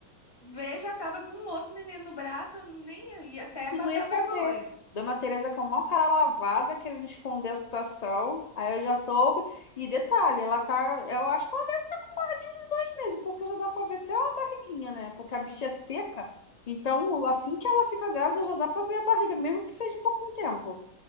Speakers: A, on the left; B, on the left.
A: ver, já tava com um outro neném no braço, eu nem ia até
B: Tu
A: passar
B: não ia saber.
A: vergonha.
B: Dona Teresa com a maior cara lavada, querendo esconder a situação. Aí eu já soube. E detalhe, ela tá. Eu acho que ela dá de um, dois meses, porque já dá pra ver até uma barriguinha, né? Porque a bicha é seca. Então, assim que ela fica grávida, já dá pra ver a barriga, mesmo que seja pouco tempo,